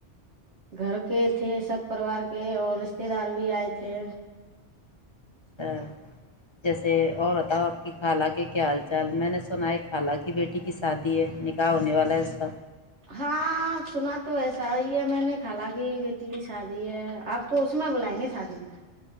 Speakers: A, on the right; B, on the left.
A: گھر کے تھے سب پروار کے اور رشتے دار بھی آئے تھے
B: اچھا جیسے اور بتاؤ آپ کی خالہ کے کیا حال چال میں نے سنا ہے خالاہ کی بیٹی کی شادی ہے نکاح ہونے والا ہے اس کا
A: ہاں سنا تو ایسا ہی ہے میں نے کال کی بیٹی کی شادی ہے آپ کو اس میں بلائیں گے شادی میں